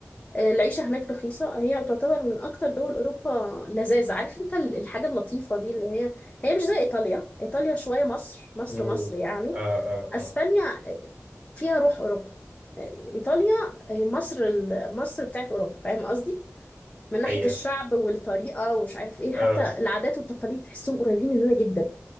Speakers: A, on the left; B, on the right.
A: آه، العيشه هناك رخيصه هي تعتبر من اكتر دول اوروبا لذاذ عارف انت ال- الحاجه اللطيفه دي اللي هي هي مش زي ايطاليا ايطاليا شويه مصر مصر
B: مم.
A: مصر يعني
B: اه اه
A: اسبانيا
B: اه
A: آه، فيها روح اوروبا آه، ايطاليا آه، مصر ال- مصر بتاعت اوروبا فاهم قصدي من ناحيه
B: حقيقه
A: الشعب والطريقه ومش عارف ايه حتى
B: اه
A: العادات والتقاليد تحسهم قريبين مننا جدا